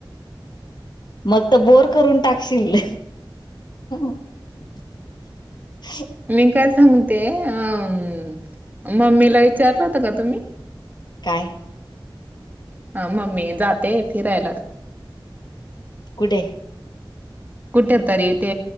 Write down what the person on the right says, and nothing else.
मी काय सांगते, अ मम्मीला विचारलं होता का तुम्ही?
अ मम्मी जातेय फिरायला.
कुठ तरी ते